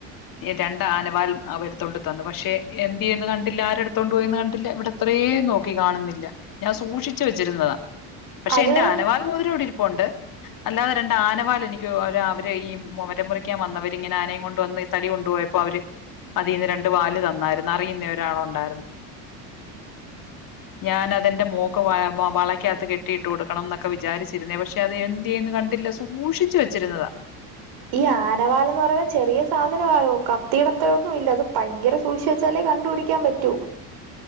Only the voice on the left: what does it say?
രണ്ട് ആനവാൽ അവ എടുത്തോണ്ട് തന്നു പക്ഷെ എന്തിയെന് കണ്ടില്ല ആരെടുത്തോണ്ട് പോയിന്ന് കണ്ടില്ല ഇവിടെ അത്രേയും നോക്കി കാണുന്നില്ല ഞാൻ സൂഷിച്ചു വച്ചിരുന്നതാ പക്ഷെ
എന്റെ ആനവാൽ മോതിരം ഇവിടെ ഇരിപ്പുണ്ട് അല്ലാതെ രണ്ട് ആനവാൽ എനിക്ക് ഒരാ അവര് ഈ മരം മുറിക്കാൻ വന്നവര് ഇങ്ങനെ ആനയും കൊണ്ട് വന്ന് ഈ തടി കൊണ്ടുപോയപ്പോ അവര് അതിന്ന് രണ്ടു വാല് തന്നായിരുന്നു അറിയുന്ന ഒരാളുണ്ടായിരുന്നു ഞാൻ അതന്റെ മോക്ക് വ വളക്കത്ത് കെട്ടിയിട്ട് കൊടുക്കണം എന്നൊക്കെ വിചാരിച്ചിരുന്നേ പക്ഷെ അത് എന്ത്യേന്നു കണ്ടില്ല സൂക്ഷിച്ചു വെച്ചിരുന്നതാ